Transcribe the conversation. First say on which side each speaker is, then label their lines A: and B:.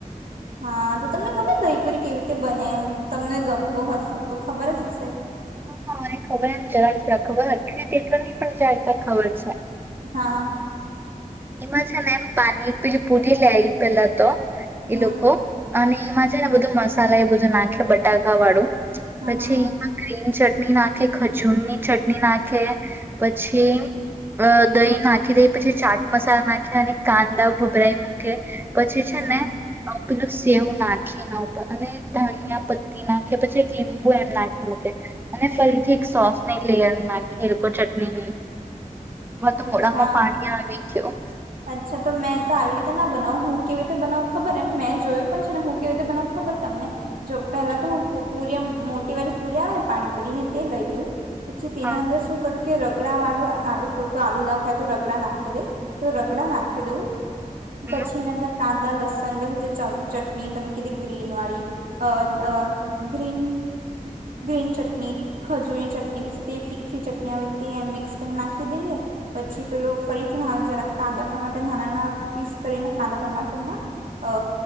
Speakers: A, on the right; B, on the right.
A: હા તો તમને ખબર દહીપુરી કેવી રીતે બને એમ તમને ગમતું હશે તો ખબર જ હશે.
B: હ હ મને ખબર એમ જરા ખબર અઠલીટની પજા ખબર છે.
A: હા
B: એમાં છે ને એમ પાણીપુરી પીલી લે પેલા તો
A: હમ
B: એ લોકો અને એમાં છે ને બધું મસાલા એ બધું નાખ બટાકા વાળું
A: હમ
B: પછી
A: હમ
B: એમાં ગીન ચટણી ચટણી નાખે ખજૂરની ચટણી નાખે પછી અ દહી નાખી દે પછી ચાટ મસાલો નાખે અને કાંદા ભૂભરા રાખે પછી છે
A: હમ
B: ને પેલું સેવ નાખી ના ઉપર અને ધનિયા પત્તી નાખી પછી એક લીંબુ એમ નાખી મૂકે અને ફરીથી એક સોસની લેયર નાખી એ ચટણીની. તો
A: અચ્છા
B: મોડામાં પાણી આવી. તે ઓ
A: અચ્છા તો મેં તો આવી રીતે ના બનાવ હું કેવી રીતે બનાવ ખબર એમ મેં જોયું પણ છે ને હું કેવી રીતે બનાવ ખબર તમને જો પેલા તો હું પુરી એ મોટી વાળી પુરી આવે ને પાણીપુરી ને તે લઈ લઉ પછી તેના
B: હા
A: અંદર શું કરું કે રગડા વાળું આવે કોઈ કોઈ આલુ ના ખાય તો રગડા નાખી દઈ તો રગડા નાખી દઉં
B: હમ
A: પછી એની અંદર કાંદા લસણ પછી જે ચટણી તમે કીધી ગ્રીન વાળી ગ્રીન ગ્રીન ચટણી ખજૂરની ચટણી પછી તે તીખી ચટણી આવે તે મિક્સ કરીને નાખી દઈએ પછી પેલું ફરીથી નાનું જરા કાંદા ટમાટર ધાણાના પીસ કરીને કાંદા ટમાટરના અ